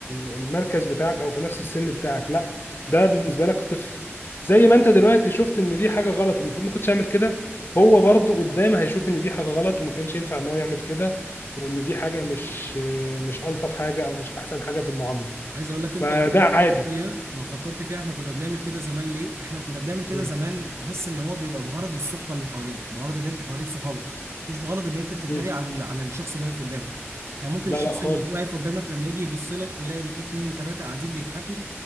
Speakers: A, on the left; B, on the right.
A: المركز بتاعك او في نفس السن بتاعك لا ده بالنسبه لك طفل زي ما انت دلوقتي شفت ان دي حاجه غلط والمفروض ما كنتش اعمل كده هو برضه قدام هيشوف ان دي حاجه غلط وما كانش ينفع ان هو يعمل كده وان دي حاجه مش مش الطف حاجه او مش احسن حاجه في المعامله
B: عايز اقول لك
A: فده
B: انت لو فكرت
A: عادي
B: فيها لو فكرت فيها احنا كنا بنعمل كده زمان ليه احنا كنا بنعمل كده
A: م.
B: زمان تحس ان هو بيبقى بغرض الصحبه اللي حواليك بغرض ان انت حواليك صحابك مش بغرض ان انت بتتريق
A: م.
B: على على الشخص اللي واقف قدامك يعني ممكن
A: لا
B: الشخص
A: لا خالص
B: اللي واقف قدامك لما يجي يبص لك ويلاقي ان في اتنين تلاته قاعدين بيضحكوا